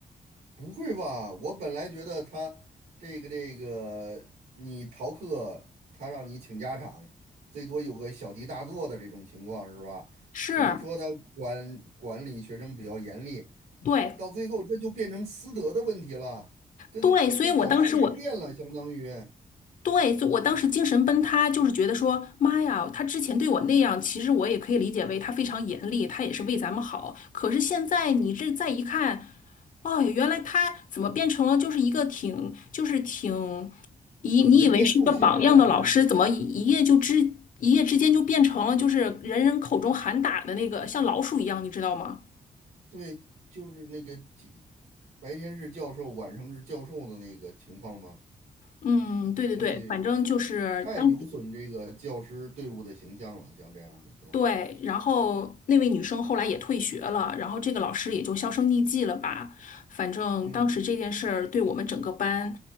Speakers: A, on the right (about 85°); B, on the left (about 60°).
A: 不会吧？我本来觉得他这个这个，你逃课，他让你请家长，最多有个小题大做的这种情况是吧？
B: 是，
A: 只能说他管管理学生比较严厉，
B: 对
A: 到最后这就变成私德的问题了，跟跟搞师生恋了，
B: 对，所以我当时我
A: 相当于
B: 对，就我当时精神崩塌，就是觉得说，妈呀，他之前对我那样，其实我也可以理解为他非常严厉，他也是为咱们好。可是现在你这再一看，哦，原来他怎么变成了就是一个挺，就是挺以你以为是一个榜样的老师，
A: 人面兽心了，这有一点。
B: 怎么一一夜就之一夜之间就变成了就是人人口中喊打的那个像老鼠一样，你知道吗？
A: 对，就是那个白天是教授，晚上是教授的那个情况吗？
B: 嗯，对对对，
A: 所以。
B: 反正就是当。
A: 太有损这个教师队伍的形象了，像这样的都，
B: 对，然后那位女生后来也退学了，然后这个老师也就销声匿迹了吧。反正当时这件事儿对我们整个班，
A: 嗯